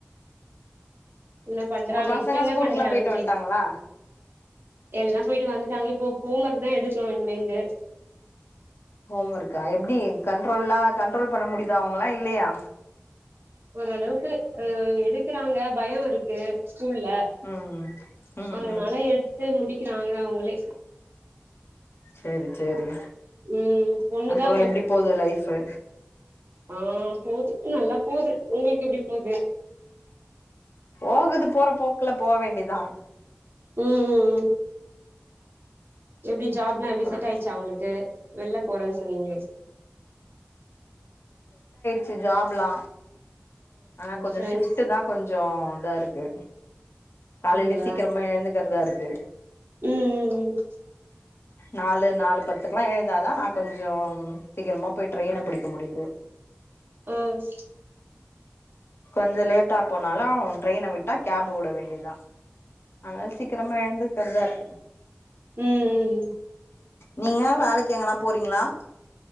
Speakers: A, on the right; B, on the left.
A: என்ன பண்றாங்
B: உங்க பசங்க
A: இப்ப என்ன
B: ஸ்கூலுக்குல்லா
A: பண்றாங்னு
B: போயிட்டு வந்ட்டாங்களா
A: கேட் எல்லா போய்ட்டு வந்துடாங்க இப்போ ஹோம் ஒர்க் தா எடு க்கனு இனிமேர்ந்து
B: ஹோம் ஒர்க்கா எப்டி கண்ட்ரோல்லா கண்ட்ரோல் பண்ண முடிதா அவுங்களலா இல்லயா
A: ஓரளவுக்கு எடுக்றாங்க பயோ இருக்கு ஸ்கூல்ல
B: ம் ம்
A: அதுனால எட்த்து முடிகிறாங்க அவுங்ளே
B: செர்ரி சேரி
A: ம் பொண்ணுதா
B: அப்பறோ எப்டி போது லைஃபு
A: ஆஹ் போது நல்லா போது உங்களுக்கு எப்டி போது
B: போகுது போற போக்குல போக வேண்டிதா
A: உம் உம் உம் எப்டி ஜாப்ல்லா
B: அப்றோ
A: எப்டி செட் ஆய்டுச்சா அவுங்களுக்கு வெள்ல போறேன் சொன்னீங்ளே
B: சி ஜாப்லா ஆனா கொஞ்சோ
A: ஃப்ரெண்ட்ஸ்
B: ஷிப்ட்தா கொஞ்சோ இதா இருக்கு காலைலயே
A: அப்டியா
B: சீக்கிரமா எழுந்துக் தருதா இருக்கு
A: ம் ம் ம்
B: நாலு நாலு பத்துக்கலா எந் இருந்ததா நா கொஞ்சோ சீக்கிரமா போய் ட்ரெய்ன புடிக்க முடிது
A: ஹு ம்
B: கொஞ்சோ லேட்டா போனாலு அவ ட்ரெயின விட்டா கேப் ஓட வேண்டியதுதா அதனால சீக்ரமா எழுந்துக்கறதா இருக்கு
A: உம் உம்
B: நீங்க வேலைக்கு எங்கன்னா போறீங்களா